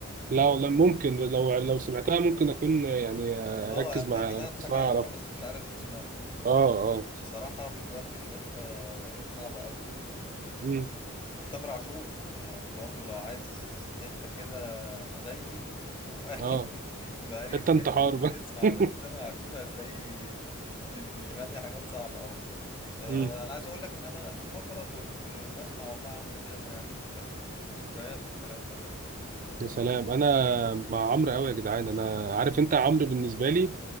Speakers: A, on the right; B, on the left.
A: لا والله ممكن لو لو سمعتها ممكن أكون يعني
B: هت- اه
A: أركز
B: هتلاقيك
A: مع أركز معاها
B: نفسك
A: لو تسمعها
B: عارفها
A: أعرف
B: بس مش عارف اسمها
A: اه اه
B: صراحة بتودي في حتة صعبة قوي
A: امم
B: وتامر عاشور يعني برضو لو عايز حتة كده حزيني ومقريف
A: اه
B: <laughs> مقريف
A: حتة
B: جامد
A: انتحار بقى
B: اسمع
A: <laughs>
B: يا باشا تامر عاشور هتلاقيه بي- بيغني حاجات صعبة قوي آه،
A: امم
B: انا عايز اقول لك ان انا اخر فترة كنت بسمع والله عمرو دياب يعني كان ذكريات والكلام ده
A: يا سلام أنا مع عمرو أوي يا جدعان أنا عارف أنت عمرو بالنسبة لي